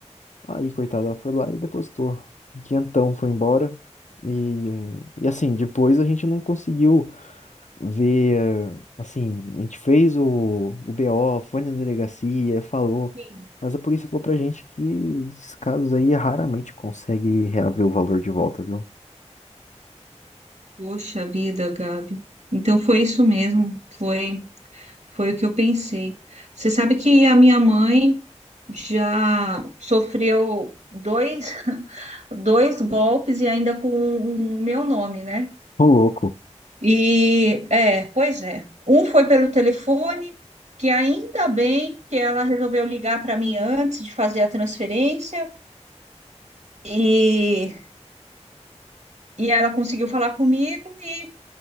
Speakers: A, on the left (about 85°); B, on the right (about 85°).
A: Aí, coitada, ela foi lá e depositou. Um Quinhentão foi embora. E, e assim, depois a gente não conseguiu ver. eh, Assim, a gente fez o, o BO, foi na delegacia, falou.
B: Sim.
A: Mas a polícia falou pra gente que esses casos aí raramente consegue reaver o valor de volta, viu?
B: Poxa vida, Gabi. Então foi isso mesmo, foi. Foi o que eu pensei. Você sabe que a minha mãe já sofreu dois, dois golpes e ainda com o meu nome, né?
A: Ô, louco.
B: E é, pois é. Um foi pelo telefone, que ainda bem que ela resolveu ligar para mim antes de fazer a transferência e, e ela conseguiu falar comigo e,